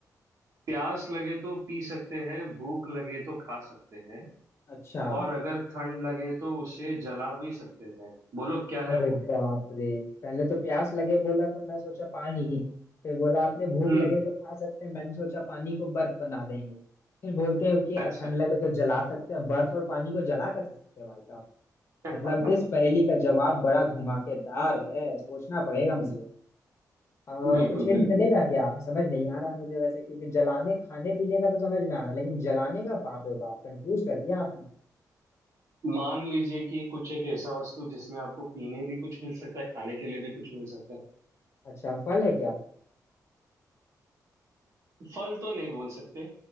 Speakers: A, on the right (about 50°); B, on the left (about 40°).
A: प्यास लगे तो पी सकते हैं भूख लगे तो खा सकते हैं
B: अच्छा
A: और अगर ठंड लगे तो उसे जला भी सकते हैं बोलो क्या
B: अरे
A: है वो
B: बाप रे पहले तो प्यास लगे बोला तो मैं सोचा पानी ही फिर बोला आपने भूख
A: हम्म
B: लगे तो खा सकते हैं मैंने सोचा पानी को बर्फ बना देंगे फिर बोलते हैं कि
A: अच्छा
B: ठंड लगे तो जला सकते हैं बर्फ और पानी को जला कैसे सकते हैं भाई साहब मतलब
A: <laughs>
B: इस पहेली का जवाब बड़ा घुमाकेदार है सोचना पड़ेगा मुझे आ,
A: बिल्कुल
B: कुछ हिंट
A: बिल्कुल
B: मिलेगा क्या समझ नहीं आ रहा है मुझे वैसे क्योंकि जलाने खाने पीने का तो समझ में आ रहा है, लेकिन जलाने का बाप रे बाप कंफ्यूज कर दिया आपने
A: मान लीजिए कि कुछ एक ऐसा वस्तु जिसमें आपको पीने भी कुछ मिल सकता है खाने के लिए भी कुछ मिल सकता है
B: अच्छा फल है क्या
A: फल तो नहीं बोल सकते